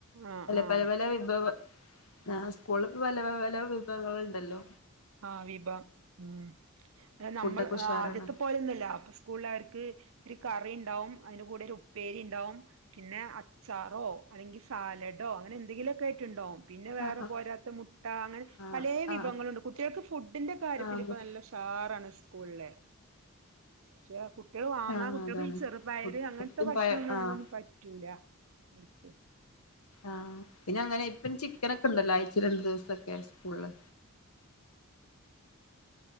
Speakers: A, on the right (about 65°); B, on the left (about 80°).
A: ആഹ്
B: പല
A: ആഹ്
B: പലപല വിഭവ ആഹ് സ്കൂളിൽ ഇപ്പോ പല പല വിഭവങ്ങൾ ഉണ്ടല്ലോ
A: ആഹ് വിഭവം ഉം അല്ല
B: ഫുഡൊക്കെ
A: നമ്മൾ
B: ഉഷാറാണ്
A: ആദ്യത്തെ പോലെയൊന്നല്ല സ്കൂളിലവർക്ക് ഒരു കറി ഇണ്ടാവും അതിന്റെ കൂടെ ഒരു ഉപ്പേരി ഇണ്ടാവും പിന്നെ അച്ചാറോ അല്ലെങ്കി സാലഡോ അങ്ങനെ എന്തെങ്കിലുമൊക്കെയായിട്ടിണ്ടാവും പിന്നെ വേറെ
B: ആഹ്
A: പോരാത്ത മുട്ട അങ്ങനെ
B: ആഹ്
A: പലേ വിഭവങ്ങളുണ്ട്
B: ആഹ്
A: കുട്ടികൾക്ക് ഫുഡിന്റെ കാര്യത്തിൽ
B: ആഹ്
A: ഇപ്പ നല്ല താറാണ് സ്കൂളിലെ ക്ഷേ കുട്ടികള് വാങ്ങാ
B: ആഹ്
A: കുട്ടികള്
B: അതാണ്
A: ഈ ചെറുപയര്
B: ഫുഡും
A: അങ്ങനത്തെ ഭക്ഷണങ്ങളൊന്നും
B: പഴ ആഹ്
A: പറ്റൂല <unintelligible>
B: ആഹ് പിന്നങ്ങനെ ഇപ്പും ചിക്കൻ ഒക്കെ ഉണ്ടല്ലോ ആഴ്ച്ച രണ്ടു ദിവസൊക്കെ സ്കൂളില്